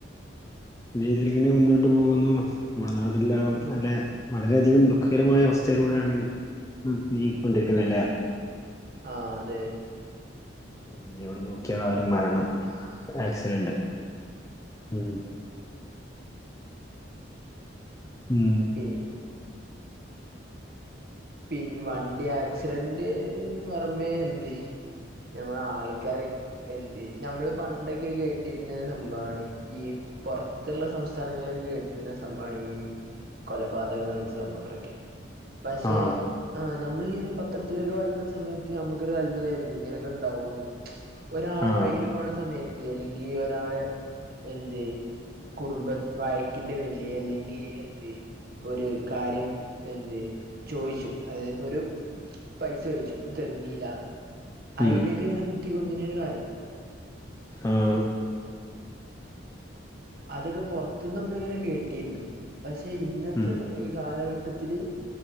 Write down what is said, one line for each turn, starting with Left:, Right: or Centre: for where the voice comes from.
Left: രീതിയിലിങ്ങനെ മുന്നോട്ട് പോകുന്നു നമ്മുടെ നാടെല്ലാം നല്ല വളരെയധികം ദുഃഖകരമായ അവസ്ഥയിലൂടെയാണെങ്ക നീ കൊണ്ടിരിക്കുന്ന ല്ലേ
Right: ആഹ് അതെ
Left: ഉം എവിടെ നോക്കിയാലും മരണം ആക്സിഡന്റ് ഉം ഉം
Right: പി പിന്നെ വണ്ടി ആക്സിഡന്റ്ന്ന് പുറമേ എന്ത്‌ ഞമ്മൾ ആൾക്കാരെ എന്ത് ഞമ്മള് പണ്ടൊക്കെ കേട്ടിരുന്ന സംഭവമാണ് ഈ പുറത്തുള്ള സംസ്ഥാനങ്ങളിലക്കെ കേട്ടിരുന്ന സംഭവമാണ് ഈ കൊലപാതകം അങ്ങനത്തെ സംഭങ്ങളൊക്കെ പക്ഷേ
Left: ആഹ്
Right: ആ് നമ്മളിങ്ങനെ പത്രത്തിലൊക്കെ വായിക്കുന്ന സമയത്ത് നമുക്കൊരു അത്ഭുതമായിരുന്നു ഇങ്ങനൊക്കെ ഉണ്ടാവോ എന്നുള്ളേ ഒരാളെ
Left: ആഹ്
Right: വഴിയില് പോണ സമയത്ത് അല്ലെങ്കി ഒരാളെ എന്ത് കുടുംബ വയക്കിന്റെ പേരിൽ അല്ലെങ്കിൽ എന്ത് ഇപ്പോൾ ഒരു കാര്യം എന്ത് ചോയ്ച്ചു അതായത്പ്പോ ഒരു പൈസചോദിച്ചു അപ്പം തെന്നില അതിനൊക്കെ
Left: ഉം
Right: അങ്ങനെ കുത്തി കൊന്നുതിനൊരു കാലം
Left: ആഹ്
Right: അതൊക്കെ പുറത്തുന്ന് നമ്മളിങ്ങനെ കേട്ടിയിരുന്നു പക്ഷെ ഇന്നത്തെ
Left: ഉം
Right: ഈ കാലഘട്ടത്തില്